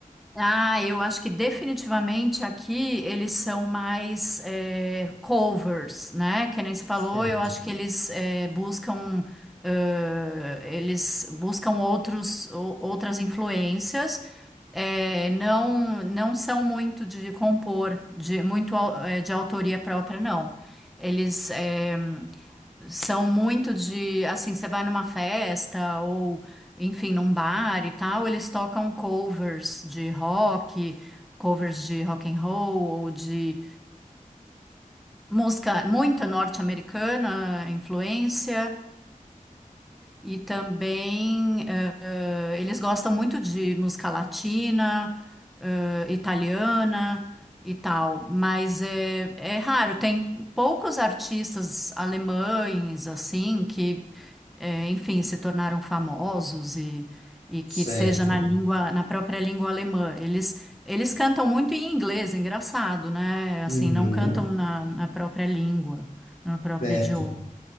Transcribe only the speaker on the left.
Certo,
certo.
Uhum,
certo.